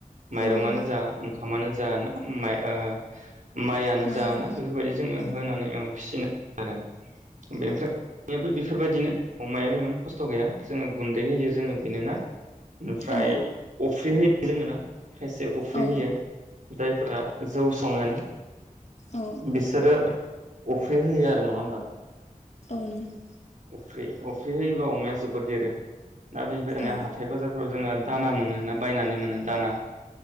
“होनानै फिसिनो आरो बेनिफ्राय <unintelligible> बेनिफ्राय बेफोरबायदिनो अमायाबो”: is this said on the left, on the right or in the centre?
Right